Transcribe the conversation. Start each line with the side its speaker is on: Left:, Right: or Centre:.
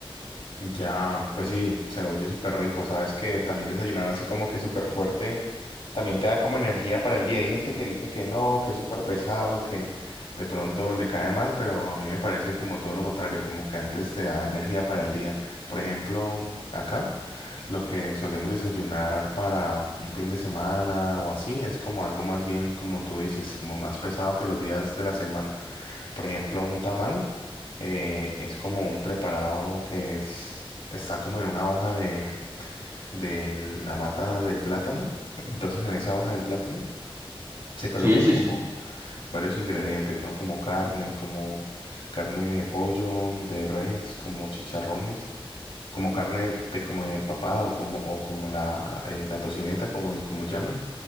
Left: Ya, pues sí, se oye súper rico. Sabes que también desayunar así como que súper fuerte también te da como energía para el día. Hay gente que dice que no, que es súper pesado, que de pronto le cae mal, pero a mí me parece como todo lo contrario, como que antes te da energía para el día. Por ejemplo, acá lo que solemos desayunar para un fin de semana o así es como algo más bien, como tú dices, como más pesado que los días de la semana. Por ejemplo, un tamal eh, es como un preparado que es, está como en una hoja de, de la mata del plátano. Entonces, en esa hoja del plátano se colocan
Right: Sí, sí,
Left: como
Right: sí.
Left: varios ingredientes, ¿no? Como carne, como carne de pollo, de res, como chicharrones, como carne de, como de papada o como, o como la, eh, la tocineta, como, y como llaman.